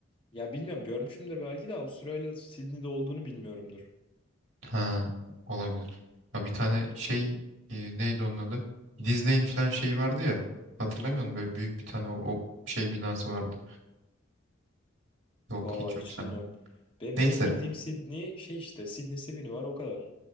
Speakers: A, on the left; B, on the right.
A: Ya bilmiyorum görmüşümdür belki de Avustralya Sydney'de olduğunu bilmiyorumdur.
B: Ha olabilir. Ya bir tane şey e, neydi onun adı? Disney'in falan şeyi vardı ya. Hatırlamıyor musun? Böyle büyük bir tane o, o şey binası vardı. Yok
A: Vallahi
B: hiç yok
A: hiç
B: sende.
A: bilmiyorum. Benim
B: Neyse
A: tek bildiğim Sydney şey işte Sydney Sydney var o kadar.